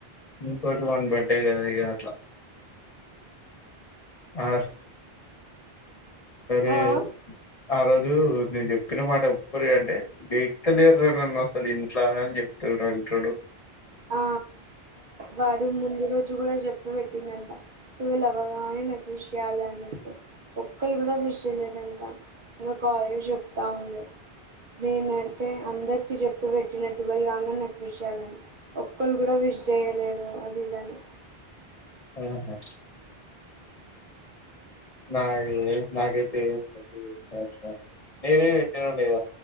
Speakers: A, on the left; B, on the right.
A: ఇంకోటి వన్ బర్త్డే కద ఇగా అట్లా ఆ అే
B: ఆ ఆ
A: ఆ రోజు నేను చెప్ చెప్పిన మాట ఒప్పురి అంటే డెక్తలేరు అసలు ఇంట్లా అని చెప్తుడు అంటాడు
B: ఆ వాడు ముందు రోజు కూడా చెప్ టు పెట్టిందంట టువల్ అవ్వగానే నాకు విష్ చేయ్యాలి అని చెప్పి ఒక్కరు కూడా విష్ చేయలేదంట ఇంకా కావ్య చెప్తా ఉండ నేనైతే అందరికి చెప్పు పెట్టినట్టుగా కాగా నాకు విషయాలని ఒక్కళ్ళ కూడా వి చేయలేరు అది దాన్ని
A: ఆహా నా నాకైతే ఏ నేరే పెట్టినా లేద